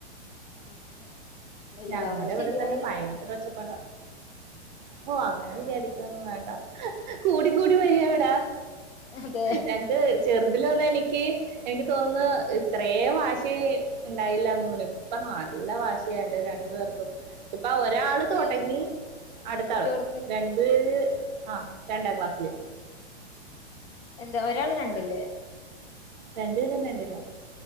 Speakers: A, on the left; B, on the right.
A: അങ്ങനെ വലുതാവുമ്പോ
B: ഞങ്ങടെ ഇവടെ
A: ശരിയായി
B: തന്നെ ഭയങ്കര ഒച്ചപ്പട ഓ അങ്ങനെ വിചാരിക്കും തൊന്നും വേണ്ട കൂടി കൂടി വെരാ വടെ
A: അതെ
B: ഞൻക്ക് ചെർതിലാവുമ്പോ എനിക്ക് എനിക്ക് തോന്നുന്നു ഇത്രേ വാശി ഇണ്ടായില്ലന്ന് തോന്ന്ണ് ഇപ്പ നല്ല വാശ്യാണ്. രണ്ടു പേർക്കും ഇപ്പൊ ഒരാള്
A: അതെ എത്രയായി
B: തൊടങ്ങി അടുത്ത
A: കുട്ടികൾക്ക്
B: ആള് രണ്ടുപേര് ആഹ് രണ്ടാം ക്ലാസ്സില്
A: എന്താ ഒരാള് രണ്ടില്
B: രണ്ട്പേരും രണ്ടിലാ